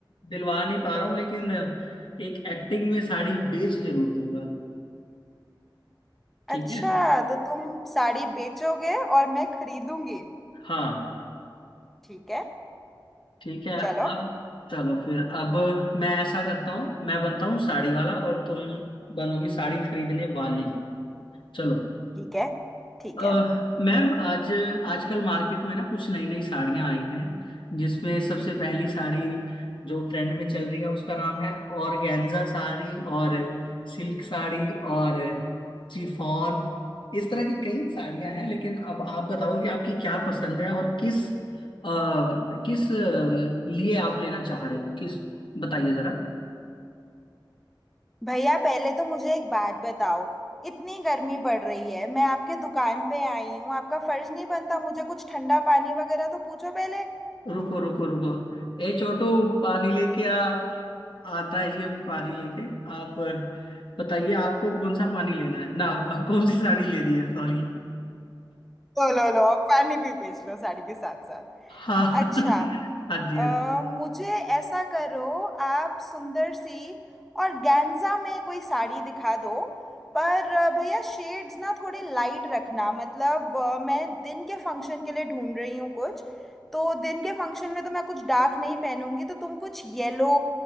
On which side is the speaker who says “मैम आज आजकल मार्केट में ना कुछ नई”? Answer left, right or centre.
Left